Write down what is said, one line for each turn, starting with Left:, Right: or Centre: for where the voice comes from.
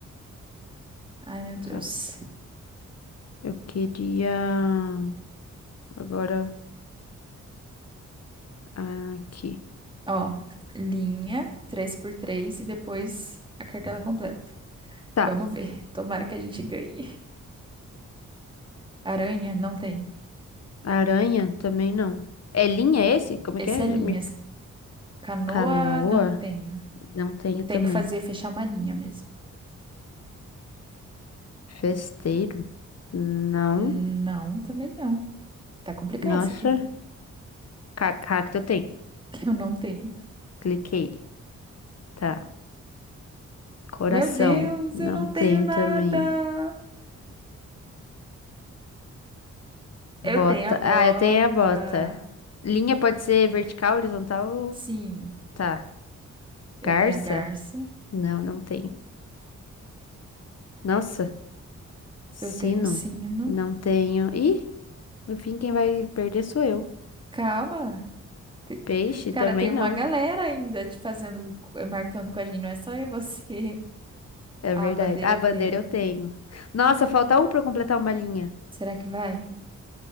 Right: Ai, meu Deus.
Left: Tá. Eu queria. Agora. Aqui.
Right: Ó, linha, três por três e depois a cartela completa.
Left: Tá.
Right: Vamos ver. Tomara que a gente ganhe. Aranha, não tenho.
Left: Aranha também não. É linha esse? Como
Right: Esse
Left: é que é?
Right: é linhas.
Left: Me-
Right: Canoa,
Left: Canoa?
Right: não tenho.
Left: Não tenho também.
Right: Tem que fazer, fechar uma linha mesmo.
Left: Festeiro? Não.
Right: Não, também não. Tá complicado
Left: Nossa.
Right: isso aqui.
Left: Ca- Cacto eu tenho.
Right: <laughs> Eu não tenho.
Left: Cliquei. Tá. Coração?
Right: Meu Deus,
Left: Não
Right: eu não
Left: tenho
Right: tenho nada.
Left: também.
Right: Eu
Left: Bota.
Right: tenho a bota.
Left: Ah, eu tenho a bota. Linha pode ser vertical, horizontal. ou-
Right: Sim,
Left: Tá.
Right: eu
Left: Garça?
Right: tenho a garça.
Left: Não, não tenho. Nossa, sino?
Right: Eu tenho o sino.
Left: Não tenho. Ih, no fim quem vai perder sou eu.
Right: Calma. Te-
Left: Peixe
Right: Cara,
Left: também
Right: tem uma
Left: não.
Right: galera ainda te fazendo, marcando com a gente. Não é só eu e você. <laughs>
Left: É
Right: A
Left: verdade.
Right: bandeira
Left: Ah,
Right: eu
Left: bandeira
Right: tenho.
Left: eu tenho. Nossa, falta um pra eu completar uma linha.
Right: Será que vai?